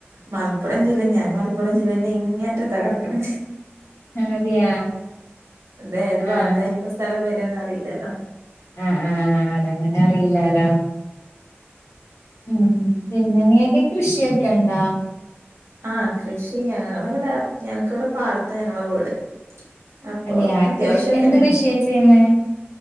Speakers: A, on the right; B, on the left.
A: മലപ്പുറം ജില്ല ഞാൻ മലപ്പുറം ജില്ലന്റെ ഇങ്ങേ അറ്റത്താ കെടക്കണ്
B: അതെയാ
A: അതേത് ഭാഗത്തായിപ്പൊ
B: ആഹ്
A: സ്ഥലം വരാന്നറിയില്ലല്ലോ
B: ആഹ് ആഹ് അത് എങ്ങെനെ അറില്ലാലോ? ഉം പിന്നെ നിങ്ങെക്ക് കൃഷിയൊക്കെയുണ്ടോ?
A: ആഹ് കൃഷി ഞങ്ങെൾ ഇവെട്ടെ ഞങ്ങ്ക്ക് ഇവെടെ പാട്ത്താ ഞങ്ങളെ വീട് അപ്പൊ
B: അതെയാ
A: അത്യാവശ്യം
B: കൃഷി
A: ഒക്കെ
B: എന്ത്
A: ഉം
B: കൃഷിയാ ചെയ്യുന്നെ